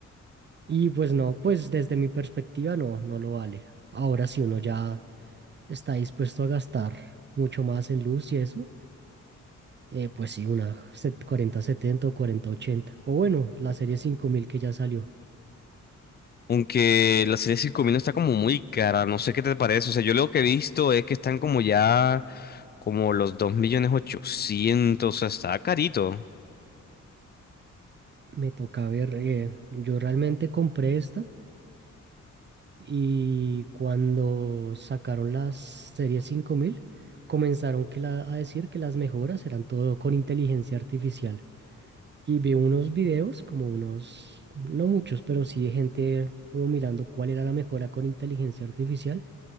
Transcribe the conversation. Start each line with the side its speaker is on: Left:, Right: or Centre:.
Right: Y pues no, pues desde mi perspectiva no, no lo vale. Ahora si uno ya está dispuesto a gastar mucho más en luz y eso, eh, pues sí, una set- 4070 o 4080. O bueno, la serie 5000 que ya salió.
Left: Aunque la serie 5000 está como muy cara, no sé qué te parece. O sea, yo lo que he visto es que están como ya como los 2 millones 800, o sea, está carito.
Right: Me toca ver, eh, yo realmente compré esta y cuando sacaron las series 5000 comenzaron que la- a decir que las mejoras eran todo con inteligencia artificial. Y vi unos videos, como unos, no muchos, pero sí de gente como mirando cuál era la mejora con inteligencia artificial